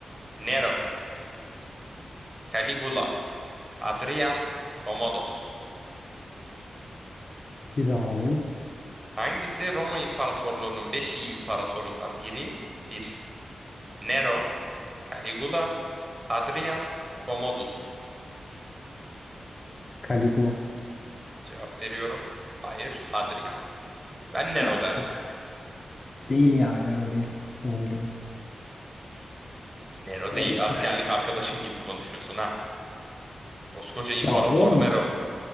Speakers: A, on the right; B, on the left.
A: Nero, Caligula, Adrian, Commodus.
B: Bir daha alayım.
A: Hangisi Roma İmparatorluğu'nun 5 iyi imparatorundan biridir? Nero, Caligula, Adrian, Commodus.
B: Caligula.
A: Cevap veriyorum. Hayır, Hadrian. Ben Nero
B: Nasıl
A: derdim.
B: ya? Değil ya Nero değil. Onu biliyorum.
A: Nero
B: Neyse.
A: değil, askerlik arkadaşın gibi konuşuyorsun ha. Koskoca İmparator
B: Ya oğlum
A: Nero.
B: bak.